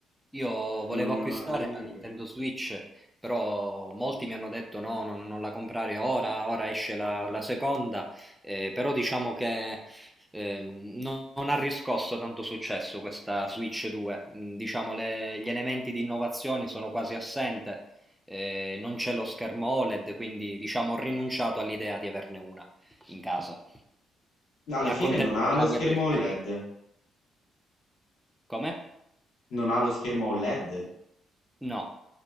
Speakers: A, in the centre; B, on the left.
A: Io volevo
B: Non ne
A: acquistare
B: ho la minima
A: la
B: idea.
A: Nintendo Switch, però molti mi hanno detto no, non, non la comprare ora, ora esce la, la seconda, eh, però diciamo che ehm, non, non ha riscosso tanto successo questa Switch 2. Mm, Diciamo le- gli elementi di innovazione sono quasi assente, eh, non c'è lo schermo OLED, quindi diciamo ho rinunciato all'idea di averne una in casa.
B: Alla
A: Mi accontento
B: fine non ha
A: della
B: lo schermo
A: mia PlayStation.
B: OLED.
A: Come?
B: Non ha lo schermo OLED.
A: No,